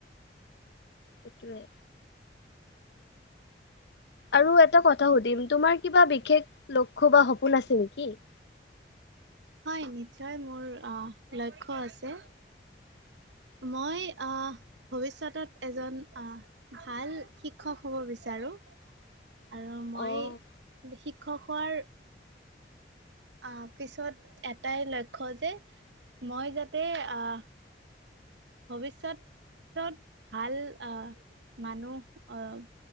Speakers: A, on the left; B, on the right.
A: সেটোৱে আৰু এটা কথা সুধিম তোমাৰ কিবা বিশেষ লক্ষ্য বা সপোন আছে নেকি <inaudible>
B: হয় নিশ্চয় মোৰ অ লক্ষ্য আছে
A: <inaudible>
B: মই অ ভৱিষ্যতত এজন ভাল শিক্ষক হ'ব বিচাৰোঁ
A: <inaudible>
B: আৰু
A: অ'।
B: মই শিক্ষক হোৱাৰ আহ পিছত এটাই লক্ষ্য যে মই যাতে আহ ভৱিষ্যতত ভাল আহ মানুহ অহ